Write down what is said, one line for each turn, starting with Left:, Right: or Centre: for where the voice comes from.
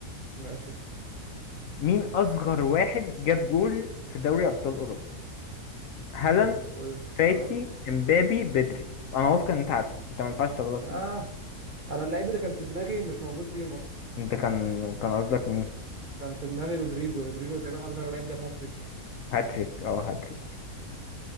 Right: ماشي
Left: مين أصغر واحد جاب جول في دوري أبطال أوروبا؟ هالاند
Right: حلو قول الاختيارات
Left: فاتي
Right: ماشي
Left: امبابي بدري أنا واثق إن أنت عارفه أنت ما ينفعش تغلط
Right: اه
Left: فيه
Right: انا اللعيب اللي كان في دماغي مش موجود فيهم
Left: أنت كان كان قصدك مين؟
Right: كان في دماغي رودريجو رودريجو تقريبا اصغر لعيب جاب هاتريك
Left: هاتريك أه هاتريك